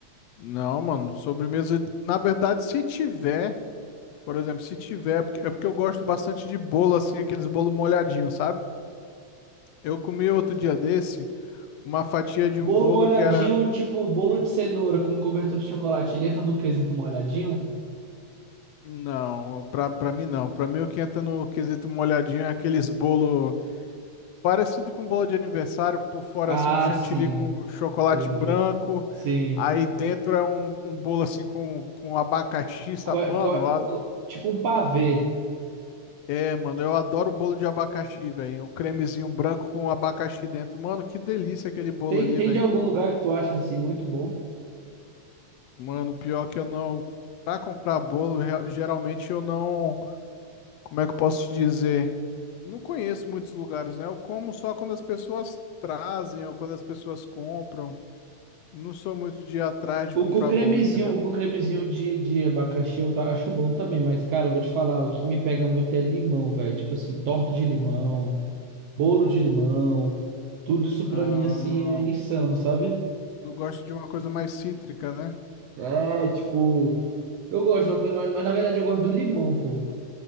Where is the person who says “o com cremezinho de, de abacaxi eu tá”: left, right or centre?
Right